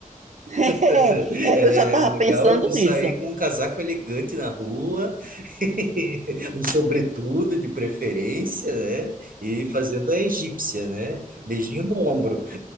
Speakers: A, on the right (about 60°); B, on the right (about 80°).
A: <laughs> é,
B: <laughs> Ela
A: é, eu
B: é,
A: já estava
B: o legal
A: pensando
B: é tu sair
A: nisso.
B: com um casaco elegante na rua, <laughs> um sobretudo de preferência, né? E fazendo a egípcia, né? Beijinho no ombro.